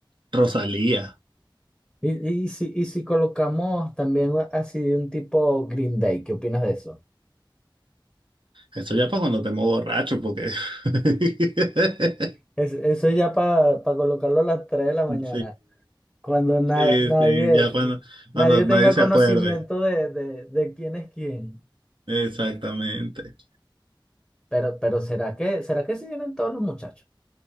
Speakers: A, on the right (about 70°); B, in the centre.
A: Rosalía.
B: Y, y si, y si colocamos también así de un tipo Green Day, ¿qué opinas de eso?
A: Eso ya para cuando te muevo borracho, porque... <laughs>
B: Es- eso ya para colocarlo a las 3 de la mañana,
A: Sí,
B: cuando na-
A: sí,
B: nadie,
A: sí, ya cuando,
B: nadie
A: cuando
B: tenga
A: nadie se
B: conocimiento
A: acuerde.
B: de, de, de quién es quién.
A: Exactamente.
B: Pero, pero ¿será que, será que si vienen todos los muchachos?